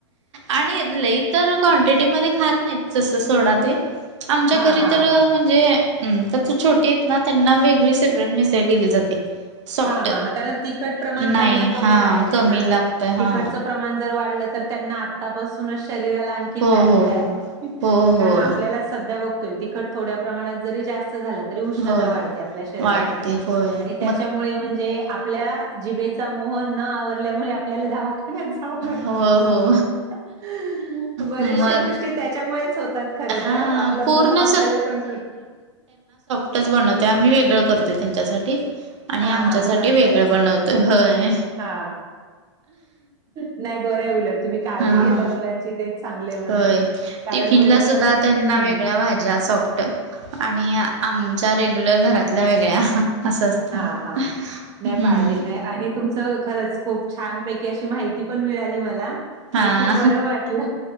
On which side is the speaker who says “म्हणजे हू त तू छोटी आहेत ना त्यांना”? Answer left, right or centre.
Right